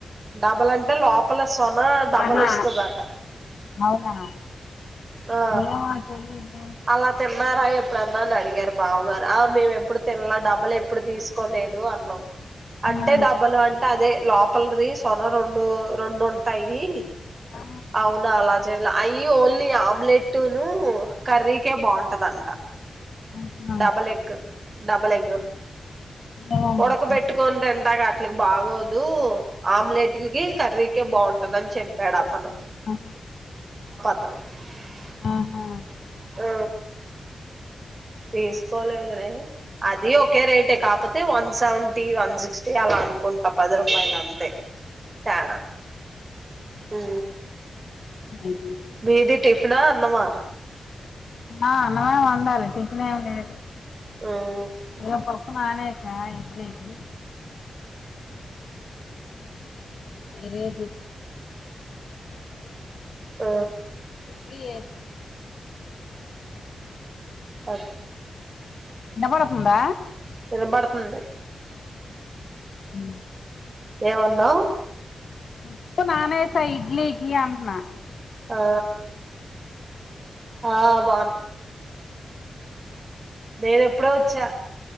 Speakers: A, on the right (about 30°); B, on the left (about 65°).
A: డబుల్ అంటే లోపల సొన డబుల్
B: ఆహా
A: వస్తాది ఆట
B: అవునా
A: ఆ
B: ఏమో తెలీదే
A: అలా తీ థీన్నారా ఎప్పుడన్నా అని అడిగారు బావుగారు ఆ మేము ఎప్పుడు తినలే డబుల్ ఎప్పుడు తీసుకు కోలేదు అన్నావ్ అంటే
B: ఆ
A: డబ్బలు అంటే అదే లోప సొన రెండు రెండు ఉంటాయి
B: ఆ
A: అవునా అలజెల అయి ఓన్లీ ఆమ్లెట్నును కర్రీకే బాగుంటదంట
B: ఆహా
A: డబల్ ఎగ్ డబల్ ఎగ్
B: ఏమో
A: ఉడక
B: మరి తెలీదు
A: పెట్టుకని తినడానికి ఉట్లు బాగోదు ఆమ్లేెట్కి కర్రీ కీ కే బాగుంటందని చెప్పాడు అతను
B: ఆ
A: <unintelligible>
B: ఆహా
A: ఆ తీసుకోలేదు లే అది ఒకే రేటే కాకపోతే వన్ సెవెంటీ వన్ సిక్స్టీ అలా అనుకుంటా పది రూపాయలు అంతే తేడ ఉ
B: ఇది.
A: మీది టిఫనా అన్నమా
B: ఆ అన్నమే వండాలి లే అ లే అద
A: మ్మ్
B: ఏ ప <unintelligible> రేపు
A: ఆ
B: ఇడ్లీ ఎ
A: అ
B: వినపడుతుందా
A: వినబడుతుంది
B: ఉ
A: ఏమనావ్
B: <unintelligible> నానేసా ఇడ్లీకి <unintelligible>
A: ఆ ఆ బ నేను ఎప్పుడో వచ్చా